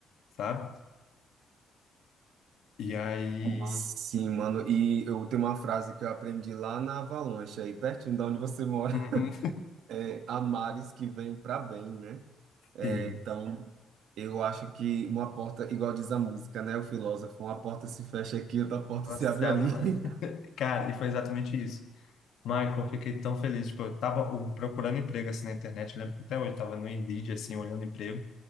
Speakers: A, on the left (about 75°); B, on the right (about 80°).
A: sabe? E aí,
B: Sim, mano. E eu tenho uma frase que eu aprendi lá na Avalanche, aí pertinho de onde você mora.
A: uhum,
B: <laughs> É, há mares que vêm para bem, né? É,
A: sim,
B: então, Eu acho que uma porta, igual diz a música, né? O filósofo, uma porta se fecha aqui, outra porta
A: Nossa,
B: se abre
A: se abre
B: ali. <laughs>
A: lá. <laughs> Cara, e foi exatamente isso. Michael, eu fiquei tão feliz, tipo, eu tava uh, procurando emprego assim na internet, eu lembro que até hoje eu tava no Indeed assim, olhando emprego.